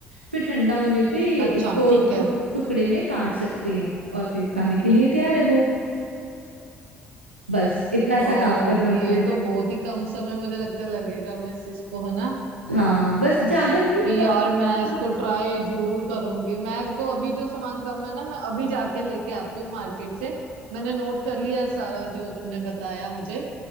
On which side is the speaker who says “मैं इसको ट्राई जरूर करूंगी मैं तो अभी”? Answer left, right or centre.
Right